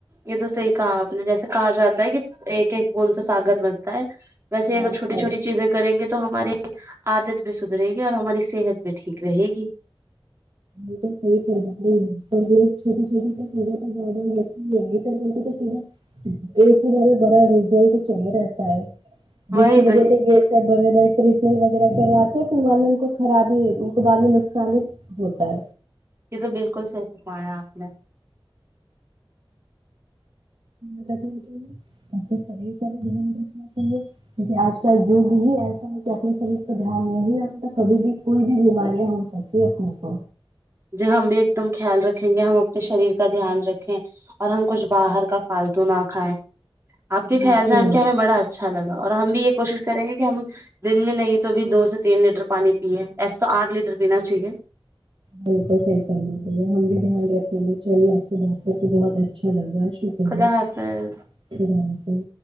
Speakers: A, on the right (about 30°); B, on the right (about 60°).
A: یہ تو صحیح کہا آپ نے جیسے کہا جاتا ایک ایک بند سے ساگر بنتا ہے ویسے
B: اور
A: اگر چھوٹی
B: اور
A: چھوٹی چیزیں گ تو تو ہماری آادت بھی سدرے گی اور ہماری صحت بھی ٹھیک رہے گی
B: یہ تو صحیح کرناے ہیں پر یہ چھوٹی چھوٹی تو پا تو زیادہ ل ہیئے چ تو سورا یہ س مرا برا ریزلٹ چلے رہتا ہے
A: وہی
B: جس کی
A: تو
B: وجہ سے یہ س بے ب ٹریٹمنٹ وغیرہ کرواتے ہیں تو بعد میں ان کو خرابی ان کو بعد میں نقصانی بھی ہوتا س
A: یہ تو بالکل صحیح فرمایا آپ نے
B: آپ سر کا جوں گ چاہے جیکے آج کیا یگ ہی ایسا ہے کہ اپنے شریر کا دھیان دوں گی کبھی بھی کوئی بھی بیماریاں ہو سکتی اپنےپ
A: جی ہم بھی ایک دم خیال رکھیں گے ہم اپنے شریر کا دھیان رکھیں اور ہم کچھ باہر کا فالتو نہ کھائیں آپ کے
B: بالکل
A: خیال جان کے ہمیں بڑا اچھا لگتا اور ہم بھی یہ کوشش کریں گے کہ ہم دن میں نہیں تو بھی دو سے تین لیٹر پانی پیے ایسے تو آٹھ لیٹر پینا چاہیے
B: بل تو صح کرم رہی ہے ہم بھی دھیان رکھیں گے چلیے آپ کے باتوں کو بہت اچھا لگا شکریہ
A: خدا حافظ
B: سے